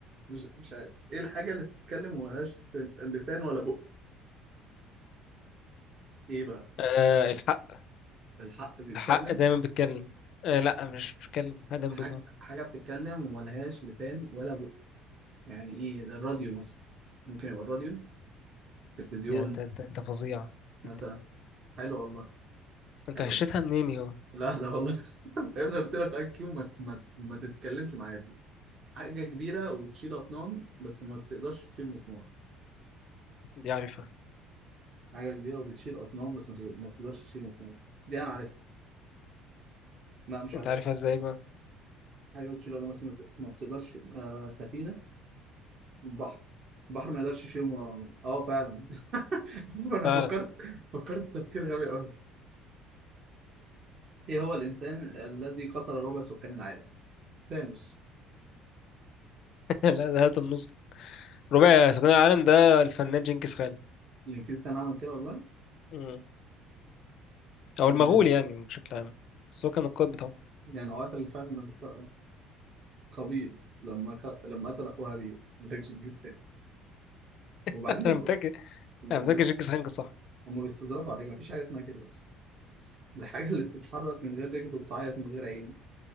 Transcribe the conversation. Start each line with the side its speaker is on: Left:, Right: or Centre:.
Right: مش مش عارف ايه الحاجة اللي بتتكلم وملهاش سن- لسان ولا بق ايه بقى
Left: آه الحق
Right: بالحق بيتكلم
Left: الحق دايما بيتكلم آه لا مش بيتكلم دايما
Right: حاجة
Left: بيظهر
Right: حاجة بتتكلم وملهاش لسان ولا بق يعني ايه ده الراديو مثلا ممكن يبقى الراديو تلفزيون
Left: يعني انت انت انت فظيع
Right: مثلا
Left: انت
Right: حلو والله
Left: انت
Right: حلو
Left: غشيتها
Right: والله.
Left: منين يا
Right: لا لا والله <laughs> يا ابني قلت لك اي كيو ما ت- ما ت- ما تتكلمش معايا فيه حاجة كبيرة وبتشيل أطنان بس ما بتقدرش تشيل مسمار
Left: دي عارفها
Right: حاجة كبيرة وبتشيل أطنان بس ما تقدر- ما بتقدرش تشيل مسمار دي أنا عارفها لا مش
Left: انت
Right: عارف
Left: عارفها ازاي بقى
Right: حاجة بتشيل أجناس ما بت- ما بتقدرش آه سفينة البحر البحر ما يقدرش يشيل م- اه فعلا <laughs> فأنا
Left: فعلا
Right: فكرت فكرت تفكير غبي أوي إيه هو الإنسان الذي قتل ربع سكان العالم؟ ثانوس
Left: <laughs> لا ده هات النص رباعي سكان العالم ده الفنان جنكيز خان
Right: الإنجليز كان عمل كده والله
Left: مم. او
Right: إن
Left: المغول يعني بشكل عام بس هو كان القائد بتاعه
Right: يعني هو قتل فعلا لما ك- قابيل لما ك... لما قتل أخوه هابيل ما كانش الجيز خير وبعدين
Left: <laughs> انا
Right: هم
Left: متاكد
Right: هم
Left: انا متاكد جنكيز خان كان صح
Right: هم بيستظرفوا على فكرة مفيش حاجة اسمها كده أصلا الحاجة اللي بتتحرك من غير رجل وبتعيط من غير عين